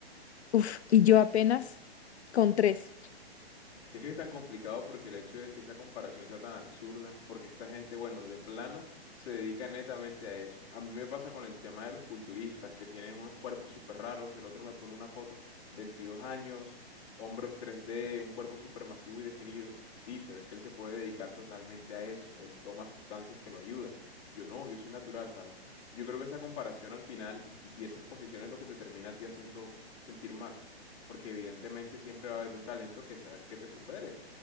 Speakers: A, on the left; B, on the left.
A: uff, y yo apenas con tres.
B: es que es tan complicado porque el hecho de que esa comparación sea tan absurda, porque esta gente, bueno, de plano se dedica netamente a eso. A mí me pasa con el tema de los culturistas que tienen unos cuerpos súper raros, el otro me pone una foto, 22 años, hombros 3D, un cuerpo súper masivo y definido. Sí, pero es que él se puede dedicar totalmente a eso, él toma sustancias que lo ayudan. Yo no, yo soy natural, ¿sabes? Y Yo creo que esa comparación al final y, y esa exposición es lo que te termina a ti haciendo sentir mal porque evidentemente siempre va a haber un talento que, sea- que te supere.